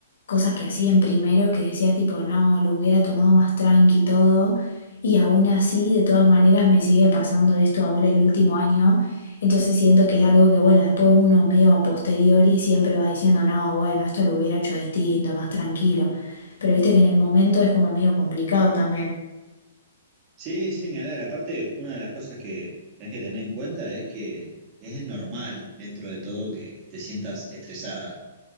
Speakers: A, on the left (about 80°); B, on the right (about 25°).
A: cosas que hacía en primero que decía tipo, no, lo hubiera tomado más tranqui y todo y aún así, de todas maneras, me sigue pasando esto ahora el último año, entonces siento que es algo que, bueno, después uno medio a posteriori siempre va diciendo, no, bueno, esto lo hubiera hecho distinto, más tranquilo pero viste que en el momento es como medio complicado también.
B: Sí, sí, ni hablar. Aparte, una de las cosas que tenés que tener en cuenta es que es normal dentro de todo que te sientas estresada